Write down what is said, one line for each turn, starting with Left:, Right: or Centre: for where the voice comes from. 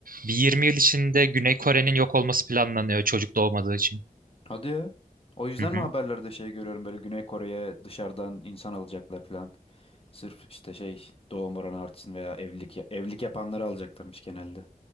Right: bir 20 yıl içinde Güney Kore'nin yok olması planlanıyor çocuk doğmadığı için.
Left: Hadi ya. O yüzden
Right: Hı
Left: mi
Right: hı,
Left: haberlerde şey görüyorum böyle Güney Kore'ye dışarıdan insan alacaklar falan. Sırf işte şey doğum oranı artsın veya evlilik evlilik yapanları alacaklarmış genelde.